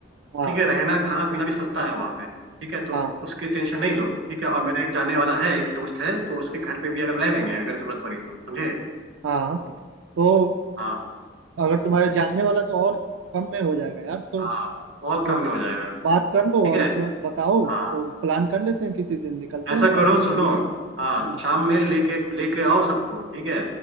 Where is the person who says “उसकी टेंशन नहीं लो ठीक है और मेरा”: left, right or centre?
Right